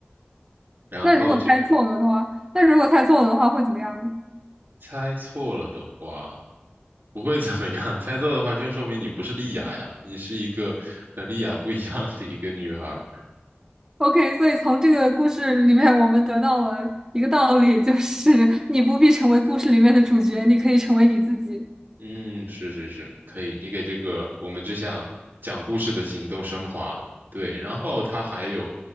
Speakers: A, on the right; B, on the right.
A: 然后就
B: 那如果猜错了的话，那如果猜错了的话会怎么样呢
A: 猜错了的话不会怎么样，<laughs> 猜错的话就说明你不是莉亚呀，你是一个和莉亚不一样的一个女孩儿。
B: ？OK，所以从这个故事里面，我们得到了一个道理，就是你不必成为故事里面的主角，你可以成为你自己。
A: 嗯，是是是，可以，你给这个我们这项讲故事的行动升华了。对，然后它还有